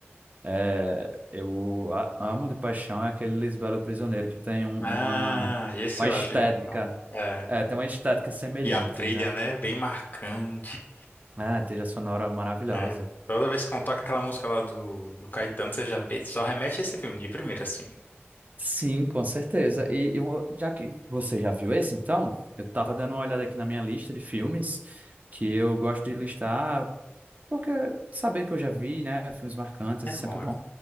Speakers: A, on the right; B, on the left.
A: É, eu a- amo de paixão é aquele Lisbelo Prisioneiro que tem um-
B: Ah,
A: uma,
B: esse
A: uma
B: eu
A: estética,
B: acho ele muito bom. É.
A: é, tem uma estética semelhante,
B: E a trilha,
A: né?
B: né? Bem marcante.
A: É, trilha sonora maravilhosa.
B: É. Toda vez que eu toco aquela música lá do, do Caetano, você já ele só remete a esse filme de primeira, assim.
A: Sim, com certeza. E, e um- já que você já viu esse, então, eu tava dando uma olhada aqui na minha lista de filmes que eu gosto de listar, porque saber que eu já vi, né? Filmes marcantes
B: É
A: é
B: bom,
A: sempre bom.
B: é